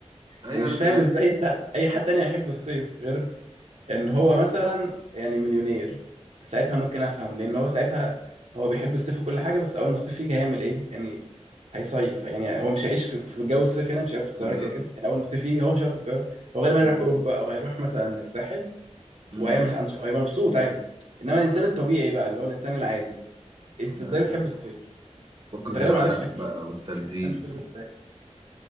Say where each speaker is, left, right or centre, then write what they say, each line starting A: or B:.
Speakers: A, on the right (about 40°); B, on the right (about 65°).
A: ايوه
B: ومش
A: انا كمان
B: فاهم ازاي
A: <laughs>
B: انت اي حد تاني هيحب الصيف غير ان هو مثلا يعني مليونير ساعتها ممكن افهم لان هو ساعتها هو بيحب الصيف وكل حاجه بس اول ما الصيف يجي هيعمل ايه يعني هيصيف يعني هو مش هيعيش في في جو الصيف هنا مش هيقعد في القاهره
A: بالظبط
B: كده كده يعني اول ما الصيف يجي هو مش هيقعد في القاهره هو غالبا هيروح
A: بالظبط
B: اوروبا او هيروح مثلا الساحل
A: امم
B: وهيعمل أنش- هيبقى مبسوط عادي انما الانسان الطبيعي بقى اللي هو الانسان العادي انت
A: آه،
B: ازاي بتحب الصيف
A: بكره
B: انت غالبا
A: العرق
B: ما عندكش تكييف
A: بقى
B: اصلا
A: والتلزيق
B: بتحب الصيف ازاي